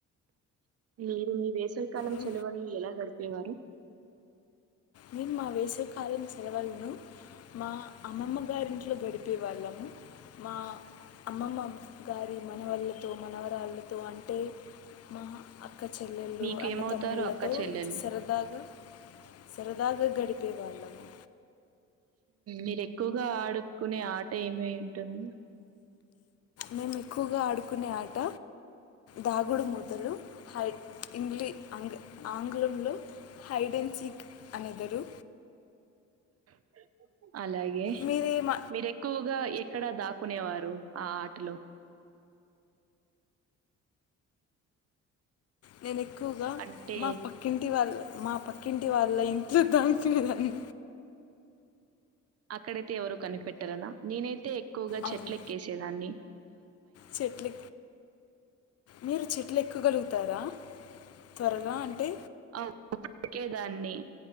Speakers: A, on the right; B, on the left.
A: మీరు మీ వేసవ కాలం
B: ఉమ్,
A: సెలవుల్ని ఎలా గడిపేవారు
B: మేము మా వేసవకాలం సెలవలను మా అమ్మమ్మ గారింట్లో గడిపే వాళ్ళము మా అమ్మమ్మ గారి మనవళ్ళతో మనవరాళ్ళతో అంటే మా అక్క చెల్లెళ్ళు
A: మీకేమవుతారు
B: అన్నతమ్ముళ్లతో
A: అక్క చెల్లెళ్ళు?
B: సరదాగా సరదా గడిపే వాళ్ళమా
A: మీరు ఎక్కువగా ఆడుకునే ఆట ఏమ ఉంటుంది
B: మముకుగాడ్ ఆకునే ఆట దాగుడు మూతలు హై ఇంగ్లీ ఆంగ్ ఆంగ్లంలో హైడెన్ సిక్ అనేదరు
A: <inaudible> అలాగే
B: మీరేమ
A: మీరు ఎక్కువగా ఎక్కడా దాకునేవారు ఆ ఆటలో
B: నను ఎక్కువగా
A: అంటే
B: మా పక్కింటి వాళ్ళు మా పక్కింటి వాళ్ళ ఇంట్లో దాంచదన్ని
A: అక్కడైతే ఎవరుూ కనిపెట్టరనా నేనైతే ఎక్కువగా
B: అవును
A: చెట్ల ఎక్కేసేదాన్ని
B: చెట్లు మీరు చెట్లు ఎక్కగలుగుతారా త్వరగా అంటే
A: అఓకేదాన్ని